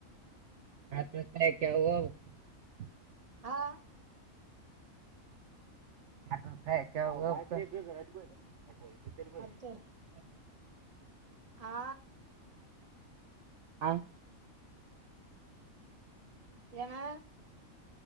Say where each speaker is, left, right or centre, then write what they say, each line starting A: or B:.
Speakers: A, on the right; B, on the right.
A: ಹಾತ ಕಾಯ ಕೆ <unintelligible> <unintelligible>
B: ಹಾ
A: <unintelligible> <unintelligible>
B: ಹತ್ತೂರಿ ಆ
A: ಹಾ
B: ಏನಾ